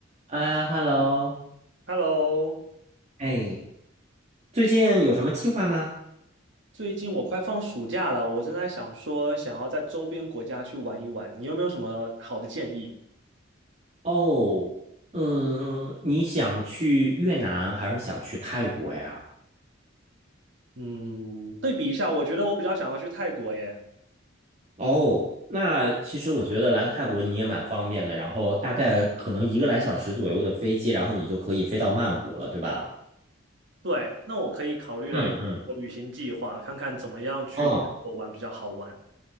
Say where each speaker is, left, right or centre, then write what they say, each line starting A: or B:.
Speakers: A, on the right; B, on the right.
A: 啊，Hello，
B: Hello，
A: 哎，最近有什么计划吗？
B: 最近我快放暑假了，我正在想说想要在周边国家去玩一玩，你有没有什么好的建议？
A: 哦，嗯，你想去越南还是想去泰国呀？
B: 嗯，对比一下，我觉得我比较想要去泰国耶。
A: 哦，那其实我觉得来个泰国你也蛮方便的，然后大概可能一个来小时左右的飞机，然后你就可以飞到曼谷了，对吧？
B: 对，那我可以考虑来做旅行计划，
A: 嗯嗯
B: 看看怎么样去泰国玩比较好玩。
A: 嗯，